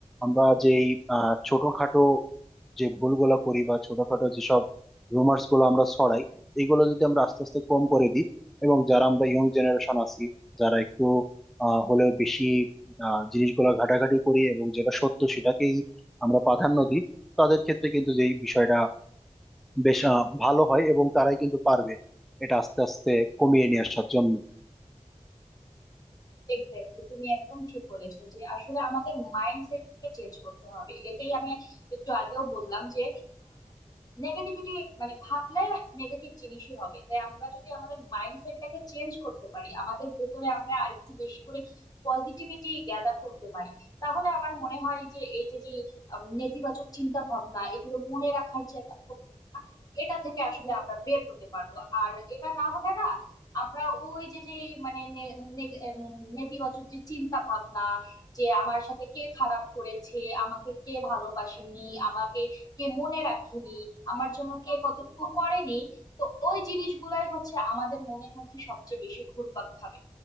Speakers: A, in the centre; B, on the left.
A: আমরা যেই আহ ছোটখাটো যে ভুলগুলো করি বা ছোটখাটো যেসব রুমার্স গুলো আমরা ছড়াই এইগুলো যদি আমরা আস্তে আস্তে কম করে দিই এবং যারা আমরা ইয়ং জেনারেশন আছি যারা একটু আহ হলেও বেশি আহ জিনিসগুলো ঘাটাঘাটি করি এবং যেটা সত্য সেটাকেই আমরা প্রাধান্য দিই তাদের ক্ষেত্রে কিন্তু যে বিষয়টা বেশ আহ, ভালো হয় এবং তারাই কিন্তু পারবে এটা আস্তে আস্তে কমিয়ে নিয়ে আসার জন্য
B: এক্স্যাক্টলি তুমি একদম ঠিক বলেছো যে আসলে আমাদের মাইন্ডসেটকে চেঞ্জ করতে হবে এটাই আমি একটু আগেও বললাম যে নেগেটিভিটি মানে ভাবলে নেগেটিভ জিনিসই হবে তাই আমরা যদি আমাদের মাইন্ডসেটটাকে চেঞ্জ করতে পারি আমাদের ভেতরে আমরা আরেকটু বেশি করে পজিটিভিটি গ্যাদার করতে পারি তাহলে আমার মনে হয় যে এই যে যে আম, নেতিবাচক চিন্তা ভাবনা এগুলো মনে রাখার যে একটা প্রবণতা, এটা থেকে আসলে আমরা বের হতে পারবো আর এটা না হলে না আমরা ওই যে যে মানে নে- নে- এম, নেতিবাচক যে চিন্তা ভাবনা যে আমার সাথে কে খারাপ করেছে আমাকে কে ভালোবাসেনি আমাকে কে মনে রাখেনি আমার জন্য কে কতটুকু করেনি তো ওই জিনিসগুলাই হচ্ছে আমাদের মনের মধ্যে সবচেয়ে বেশি ঘুরপাক খাবে